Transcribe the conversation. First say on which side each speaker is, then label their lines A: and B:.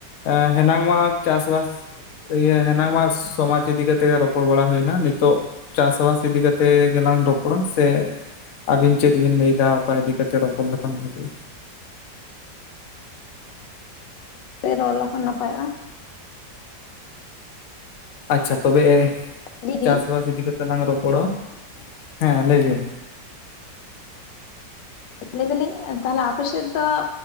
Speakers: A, on the left; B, on the left.
A: ᱮ ᱦᱮᱱᱟᱝ ᱢᱟ ᱪᱟᱥᱵᱟᱥ ᱤᱭᱟᱹ ᱦᱮᱱᱟᱝ ᱢᱟᱥ ᱥᱚᱢᱟᱡᱽ ᱤᱫᱤ ᱠᱟᱛᱮᱜ ᱨᱚᱯᱚᱲ ᱵᱟᱲᱟ ᱦᱩᱭᱮᱱᱟ ᱱᱤᱛᱚᱜ ᱪᱟᱥᱵᱟᱥ ᱤᱫᱤ ᱠᱟᱛᱮ ᱜᱮᱞᱟᱝ ᱨᱚᱯᱚᱲᱟ ᱥᱮ ᱟᱹᱵᱤᱱ ᱪᱮᱫ ᱵᱤᱱ ᱞᱟᱹᱭᱮᱫᱟ ᱚᱠᱟ ᱤᱫᱤ ᱠᱟᱛᱮ ᱨᱚᱯᱚᱲ ᱞᱮᱠᱷᱟᱱ ᱵᱷᱟᱹᱜᱤ
B: <inaudible> ᱨᱚᱲ ᱞᱮᱠᱷᱟᱱ ᱱᱟᱯᱟᱭᱚᱜᱼᱟ
A: ᱟᱪᱪᱷᱟ ᱛᱚᱵᱮ
B: ᱞᱟᱹᱭᱫᱟᱹᱧ
A: ᱪᱟᱥᱵᱟᱥ ᱤᱫᱤ ᱠᱟᱛᱮ ᱞᱟᱝ ᱨᱚᱯᱚᱲᱟ ᱦᱮᱸ ᱞᱟᱹᱭ ᱵᱤᱱ
B: ᱞᱟᱹᱭ ᱫᱟᱞᱤᱧ ᱛᱟᱦᱞᱮ ᱟᱯᱮᱥᱮᱫ ᱫᱚ